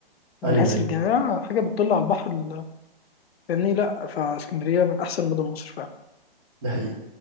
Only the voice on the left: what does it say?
من
حيث
الجميع حاجه بتطل على البحر ال- فاهمني لا فاسكندريه من احسن مدن مصر فعلا